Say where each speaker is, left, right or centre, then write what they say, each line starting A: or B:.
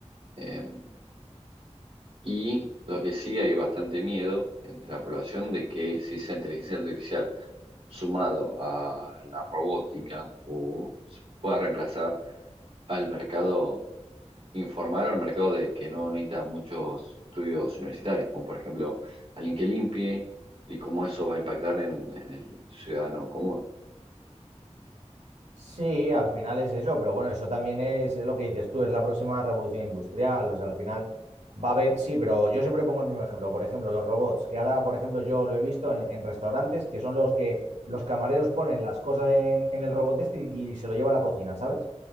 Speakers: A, on the right; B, on the right.
A: Eh, y lo que sí hay bastante miedo entre la población de que si esa inteligencia artificial sumado a la robótica o se pueda reemplazar al mercado informal o al mercado de que no necesita muchos estudios universitarios, como por ejemplo alguien que limpie y cómo eso va a impactar en, en el ciudadano común.
B: Sí, al final es eso, pero bueno, eso también es, es lo que dices tú, es la próxima revolución industrial, o sea, al final va a haber, sí, pero yo siempre pongo el mismo ejemplo, por ejemplo, los robots, que ahora, por ejemplo, yo lo he visto en, en restaurantes, que son los que los camareros ponen las cosas en, en el robot este y, y se lo lleva a la cocina, ¿sabes?